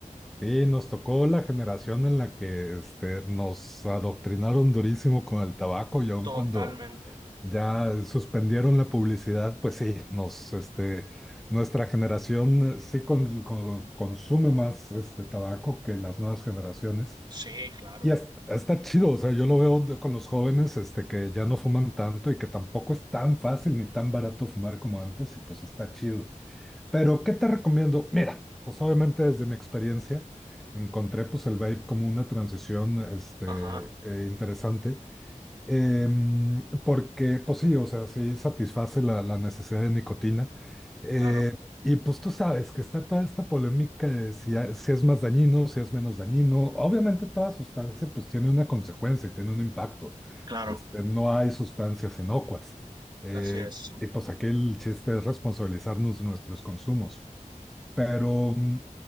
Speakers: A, in the centre; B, on the right (about 35°).
A: Sí, nos tocó la generación en la que este, nos adoctrinaron durísimo con el tabaco y aun
B: Totalmente.
A: cuando ya suspendieron la publicidad, pues sí, nos, este, nuestra generación eh, sí con- con- consume más este tabaco que las nuevas generaciones.
B: Sí, claro.
A: Y es- está chido, o sea, yo lo veo con los jóvenes, este, que ya no fuman tanto y que tampoco es tan fácil ni tan barato fumar como antes, y pues está chido. Pero, ¿qué te recomiendo? Mira, pues obviamente desde mi experiencia encontré pues el vape como una transición, este,
B: Ajá,
A: eh, interesante. Em, porque, pues sí, o sea, sí satisface la, la necesidad de nicotina. Eh,
B: claro,
A: y pues tú sabes que está toda esta polémica de si, a- si es más dañino, si es menos dañino. Obviamente toda sustancia pues tiene una consecuencia y tiene un impacto.
B: claro.
A: Este, no hay sustancias inocuas. Eh,
B: Así es.
A: y pues aquí el chiste es responsabilizarnos de nuestros consumos. Pero mm,